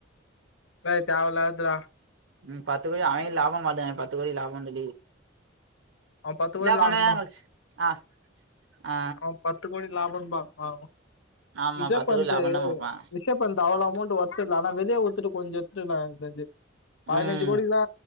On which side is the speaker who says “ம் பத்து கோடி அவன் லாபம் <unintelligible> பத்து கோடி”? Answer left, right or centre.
Right